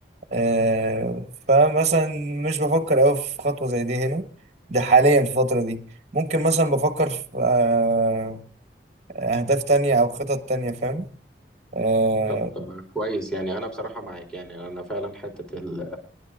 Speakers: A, on the right; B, in the centre.
A: آه، فمثلا مش بفكر قوي في خطوه زي دي هنا ده حاليا في الفتره دي ممكن مثلا بفكر في آه، اهداف تانية او خطط تانية فاهم آه،
B: طب آه، كويس يعني انا بصراحه معاك يعني انا فعلا حته ال-